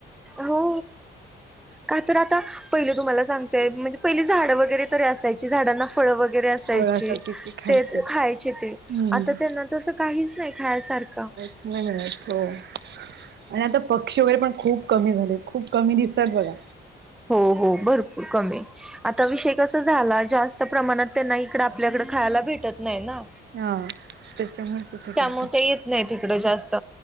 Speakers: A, in the centre; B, on the right.
A: हो का तर आता पहिले तुम्हाला सांगतय म्हणजे पहिली झाड वगैरे तरी असायची झाडांना फळ वगैरे असायची.
B: फळ ते खायचे
A: तेच खायचे ते
B: हम्म
A: आता त्यांना तसं काहीच नाही खायसारखं.
B: हम हो. आणि आता पक्षी वगैरे पण खूप कमी झाले खूप कमी दिसतात बघा.
A: हो हो भरपूर कमी. आता विषय कस झाला जास्त प्रमाणात त्यांना इकड आपल्याकडे खायला भेटत नाही ना.
B: हा त्याच्यामुळेच हे करतात.
A: त्यामुळे ते येत नाही हिकडं जास्त.